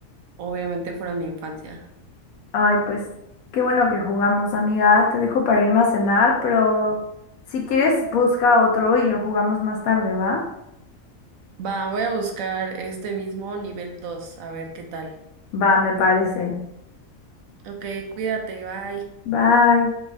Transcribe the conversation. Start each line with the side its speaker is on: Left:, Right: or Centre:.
Right: obviamente fueron mi infancia.
Left: Ay, pues qué bueno que jugamos, amiga. Te dejo para irme a cenar, pero si quieres busca otro y lo jugamos más tarde, ¿va?
Right: Va, voy a buscar este mismo nivel 2, a ver qué tal.
Left: Va, me parece.
Right: Ok, cuídate, bye.
Left: Bye.